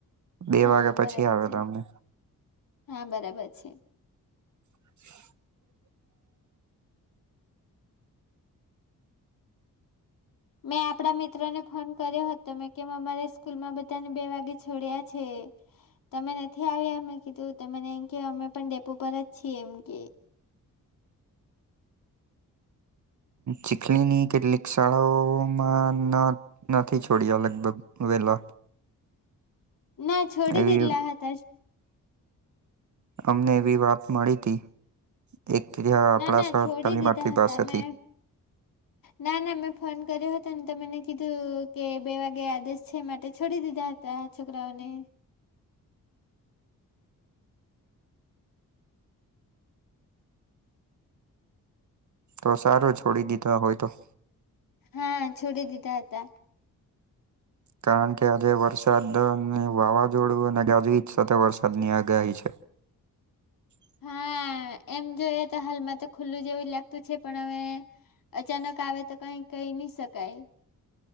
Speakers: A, on the right (about 55°); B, on the left (about 65°).
A: બે
B: હા
A: વાગ્યા પછી
B: બરાબર
A: આવેલા
B: છે
A: અમે
B: હા બરાબર છે.
A: <inaudible>
B: મેં આપડા મિત્રો ને ફોન કર્યો હતો મે કેમ અમારા સ્કૂલમાં બધાને બે વાગે છોડ્યા છે. તમે નથી આવ્યા અમે કીધું તો મને એમ કે અમે પણ ડેપો પર જ છીએ એમ કે.
A: ચીખલીની કેટલીક શાળાઓમાં નથી છોડ્યા લગભગ વેલા.
B: ના છોડી
A: એવી
B: દીધેલા હતા જ
A: અમને એવી વાત મળીતી એક અહ આપણા
B: ના ના
A: સર
B: છોડી
A: તાલીમાર્થી
B: દીધા હતા
A: પાસેથી.
B: મેં ના ના મેં ફોન કર્યો હતો ને તો મને કીધું કે બે વાગે આદેશ છે માટે છોડી દીધા હતાં છોકરાઓને.
A: તો સારું છોડી દીધા હોય તો.
B: હા, છોડી દીધા હતા.
A: કારણ કે આજે વરસાદ અને વાવાઝોડું અને ગાજવીજ સાથે વરસાદની આગાહી છે. <inaudible>
B: હા એમ જોઈએ તો હાલમાં તો ખુલ્લું જેવું લાગતું છે પણ હવે અચાનક આવે તો કઈ કહી ની શકાય.